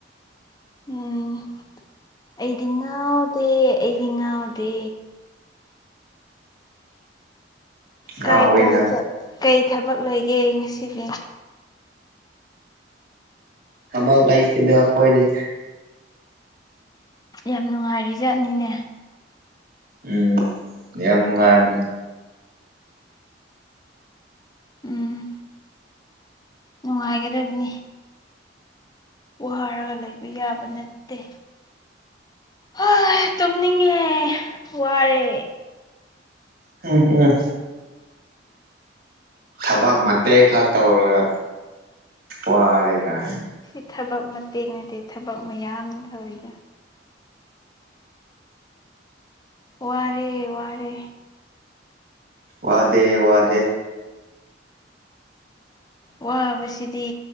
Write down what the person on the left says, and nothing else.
ꯎꯝ ꯑꯩꯗꯤ ꯉꯥꯎꯗꯦ ꯑꯩꯗꯤ ꯉꯥꯎꯗꯦ
ꯀꯥꯏ ꯀꯥꯏ
ꯆꯠ ꯀꯩ ꯊꯕꯛ ꯂꯩꯒꯦ ꯉꯁꯤꯗꯤ
ꯌꯥꯝ ꯅꯨꯡꯉꯥꯏꯔꯤ ꯖꯥꯠꯅꯤꯅꯦ
ꯎꯝ ꯅꯨꯡꯉꯥꯏꯒꯗꯕꯅꯤ ꯋꯥꯔꯒ ꯂꯩꯕ ꯌꯥꯕ ꯅꯠꯇꯦ ꯍꯣꯏ ꯇꯨꯝꯅꯤꯡꯉꯦ ꯋꯥꯔꯦ
ꯁꯤ ꯊꯕꯛ ꯃꯇꯦꯡ ꯅꯠꯇꯦ ꯊꯕꯛ ꯃꯌꯥꯝ ꯇꯧꯔꯤꯅ ꯋꯥꯔꯦ ꯋꯥꯔꯦ
ꯋꯥꯕꯁꯤꯗꯤ